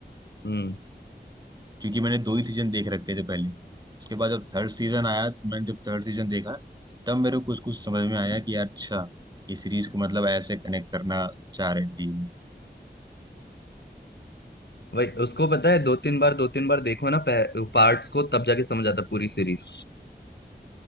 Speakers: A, on the left (about 70°); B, on the right (about 20°).
A: हम्म
B: क्योंकि मैंने दो ही सीजन देख रखे थे पहले उसके बाद जब थर्ड सीजन आया मैंने जब थर्ड सीजन देखा तब मेरे को कुछ कुछ समझ में आया कि यार अच्छा ये सीरीज को मतलब ऐसे कनेक्ट करना चाह रहे थे ये लोग।
A: वही उसको पता है दो तीन बार दो तीन बार देखो ना पार्ट्स को तब जाके समझ आता है पूरी सीरीज